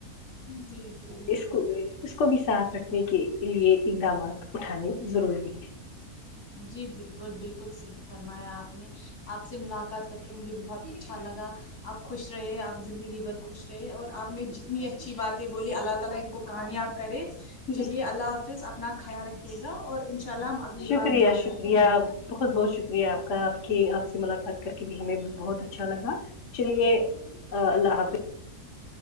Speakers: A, on the left; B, on the left.
A: جی جی
B: اس
A: جی
B: کو بھی اس کو بھی صاف رکھنے کے لیے اقدامات اٹھانے ضروری ہیں
A: جی بالکل بالکل صحیح فرمایا آپ نے آپ سے ملاقات کر کے مجھے بہت اچھا لگا آپ خوش رہے آپ زندگی بھر خوش رہے اور آپ نے جتنی اچھی باتیں بولی اللہ تعالی ان کو کامیاب کرے
B: ہیں
A: چلیے اللہ حافظ اپنا خیال رکھیے گا اور ان شاء اللہ ہم اگلی
B: شکریہ
A: بار ملاقات
B: شکریہ
A: کریں گے
B: بہت بہت شک شکریہ آپ کا آپ کی آپ سے ملاقات کر کے بھی ہمیں بہت اچھا لگا چلیے
A: <unintelligible>
B: اللہ حافظ